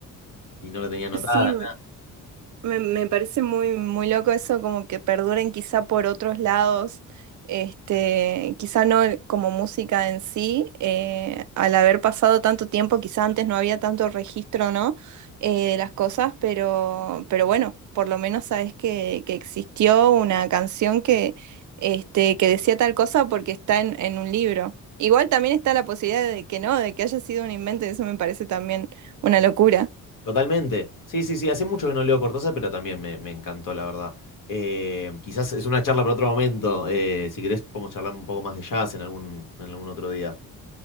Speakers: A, on the left; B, on the right.
A: y no la tenía anotada.
B: Sí, Me, me parece muy, muy loco eso, como que perduren quizá por otros lados, este, quizá no el- como música en sí, eh, al haber pasado tanto tiempo, quizá antes no había tanto registro, ¿no? eh, de las cosas, pero, pero bueno, por lo menos sabes que, que existió una canción que, este, que decía tal cosa porque está en, en un libro. Igual también está la posibilidad de que no, de que haya sido un invento, y eso me parece también una locura.
A: Totalmente. Sí, sí, sí, hace mucho que no leo Cortázar, pero también me, me encantó, la verdad. Eh, quizás es una charla para otro momento. eh, si querés podemos charlar un poco más de jazz en algún, en algún otro día.